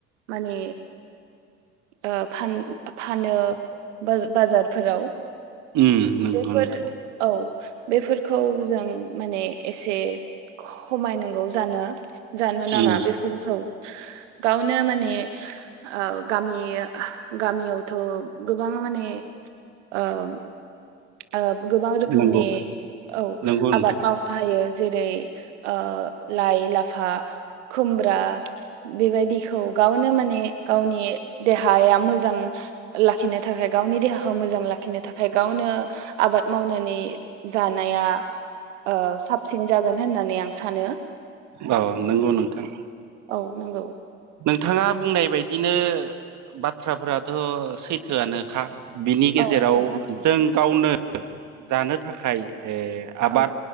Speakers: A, on the right; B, on the right.
A: माने ओ फान-फानो बाज-बाजारफोराव।
B: उम नंगौ
A: बेफोर,
B: नोंथां
A: औ। बेफोरखौ जों माने एसे खमायनांगौ जानो जानो नाङा
B: उम
A: बेफोरखौ। गावनो माने औ गामि गामियावथ' गोबां माने ओं। ओ गोबां रोखोमनि
B: नंगौ
A: औ
B: नंगौ नोंथां
A: आबाद मावनो हायो। जेरै ओ लाय लाफा खुमब्रा बेबायदिखौ गावनो माने गावनि देहाया मोजां लाखिनो थाखाय गावनि देहाखौ मोजां लाखिनो थाखाय गावनो आबाद मावनानै जानाया ओ साबसिन जागोन होननानै आं सानो।
B: औ नंगौ नोंथां।
A: औ नंगौ।
B: नोंथाङा बुंनाय बायदिनो बाथ्राफोराथ' सैथोआनोखा। बिनि गेजेराव
A: औ नंगौ नोंथां
B: जों गावनो जानो थाखाय ए आबाद
A: औ